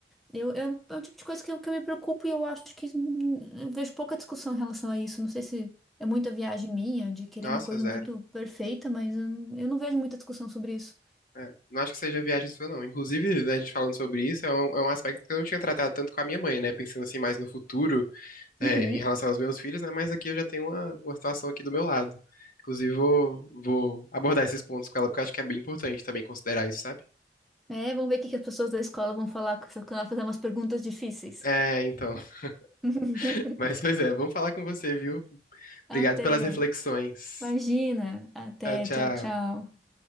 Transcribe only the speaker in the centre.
Eu, eu- é um tipo de coisa que eu, que eu me preocupo e eu acho que hum, eu vejo pouca discussão em relação a isso. Não sei se é muita viagem minha de querer
uma coisa
muito perfeita, mas eu, não eu não vejo muita discussão sobre isso.
Uhum.
É, vamos ver o que que as pessoas da escola vão falar quando ela fazer umas perguntas difíceis.
<laughs>
Até.
Imagina. Até.
Tchau, tchau.